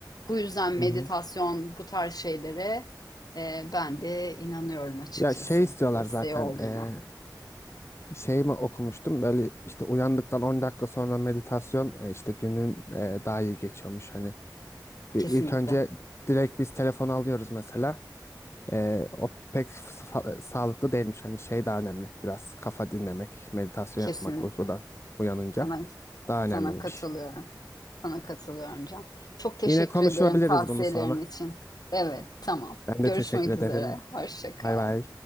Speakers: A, on the left; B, on the left.
A: Bu yüzden meditasyon
B: Hı hı.
A: bu tarz şeylere e, ben de inanıyorum açıkçası
B: Ya şey istiyorlar
A: desteği
B: zaten.
A: olduğuna.
B: eee, bir şey mi okumuştum? Böyle işte uyandıktan 10 dakika sonra meditasyon e, işte günün e, daha iyi geçiyormuş. Hani bir
A: Kesinlikle,
B: ilk önce direkt biz telefonu alıyoruz mesela. Eee, o pek fa- sağlıklı değilmiş. Hani şey daha önemli. Biraz kafa dinlemek, meditasyon
A: kesinlikle.
B: yapmak uykudan uyanınca
A: Sana,
B: daha önemliymiş.
A: sana katılıyorum. Sana katılıyorum Can. Çok teşekkür
B: Yine konuşabiliriz
A: ederim tavsiyelerin
B: bunu sonra.
A: için. Evet, tamam.
B: Ben de
A: Görüşmek
B: teşekkür ederim.
A: üzere. Hoşça kal.
B: Bay bay.